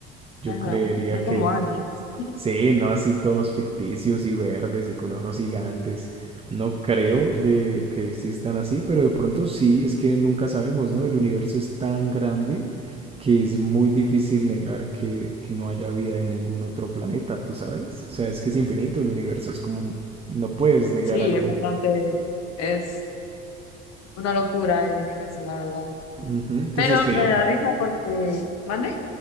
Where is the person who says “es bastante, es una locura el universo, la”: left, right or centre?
Left